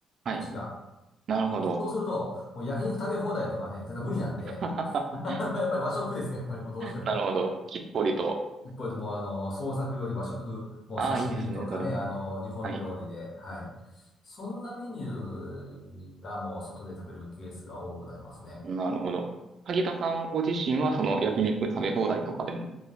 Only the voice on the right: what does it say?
はい。
なるほど。
<laughs>
なるほど。きっぽりと。
ああ、いいですね、それも。
はい。
なるほど。萩田さんご自身は、その焼肉食べ放題とかでも